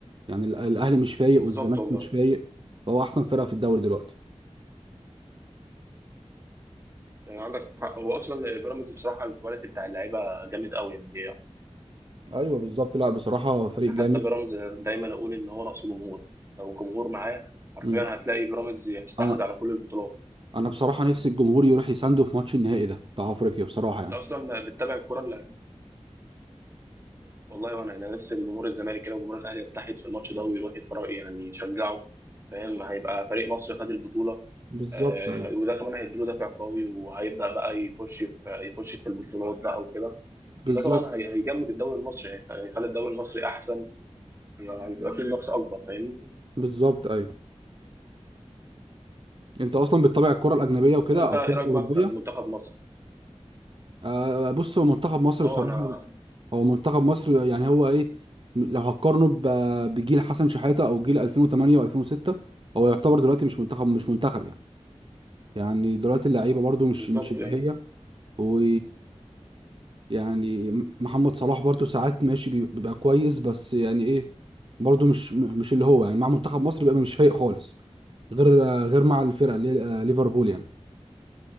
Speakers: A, on the right (about 50°); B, on the right (about 25°).
A: يعني ال- الاهلي مش فايق
B: بالظبط
A: والزمالك
B: والله
A: مش فايق فهو احسن فرقه في الدوري دلوقتي
B: يعني عندك حق هو اصلا بيراميدز بصراحه الكواليتي بتاع اللعيبه جامد قوي يعني
A: ايوه بالظبط لا بصراحه فريق
B: حتى
A: جامد
B: بيراميدز دايما اقول ان هو ناقصه جمهور لو الجمهور معاه حرفيا
A: مم.
B: هتلاقي بيراميدز يستحوذ
A: انا
B: على كل البطولات
A: انا بصراحه نفسي الجمهور يروح يسانده في ماتش النهائي ده بتاع افريقيا بصراحه يعني
B: انت اصلا بتتابع الكوره ولا والله وانا انا نفسي جمهور الزمالك كده وجمهور الاهلي يتحد في الماتش ده ويروح يتفرج يعني يشجعه فاهم هيبقى فريق مصر خد البطوله
A: بالظبط
B: آه
A: ايوه
B: وده كمان هيديله دافع قوي وهيبدا بقى يخش في يخش في البطولات بقى وكده
A: بالظبط
B: وده طبعا هي- هيجمد الدوري المصري هيخ- هيخلي الدوري المصري احسن هيبقى فيه منافسه اكبر فاهمني
A: بالظبط ايوه انت اصلا بتتابع الكره الاجنبيه وكده
B: طب انت
A: او الكره
B: ايه رايك
A: الاوروبيه
B: بقى في في منتخب مصر
A: آه بص هو منتخب مصر
B: اه
A: بصراحه
B: انا
A: هو منتخب مصر يعني هو ايه لو هتقارنه ب- بجيل حسن شحاته او جيل 2008 و2006 هو يعتبر دلوقتي مش منتخب مش منتخب يعني يعني دلوقتي اللعيبه برضو مش
B: بالظبط
A: مش اللي
B: يعني
A: هي و يعني محمد صلاح برضو ساعات ماشي بي- بيبقى كويس بس يعني ايه برضو مش م- مش اللي هو يعني مع منتخب مصر بيبقى مش فايق خالص غير غير مع الفرقه اللي هي آه، ليفربول يعني